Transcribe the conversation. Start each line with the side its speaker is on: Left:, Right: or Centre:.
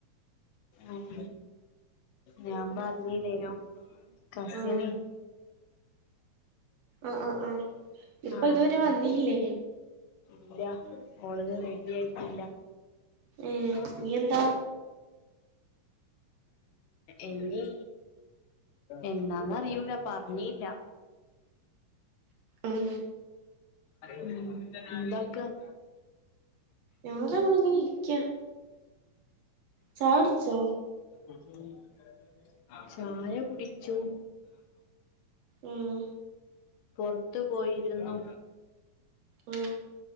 Left: ഉം ഞാൻ പറഞ്ഞില്ലേനോ കസിന്
Right: ആഹ് ആഹ് ആഹ് ആഹ് ഇപ്പൊ
Left: ആഹ്
Right: ഇതുവരെ വന്നീല്ലേ
Left: അപ്പൊ ഇല്ല ഓളത് റെഡി ആയിട്ടില്ല
Right: ഏഹ്
Left: ആ
Right: നീ എന്താ
Left: എന്നീ എന്നാന്നറിയൂല പറഞ്ഞീല്ല
Right: ഉം
Left: ഉം എന്താക്ക <inaudible>
Right: ഞാനവിടെങ്ങനെ ഇരിക്ക ചായ കുടിച്ചോ
Left: ഉം ചായ കുടിച്ചു
Right: ഉം
Left: പുറത്ത് പോയിരുന്നു
Right: ഉം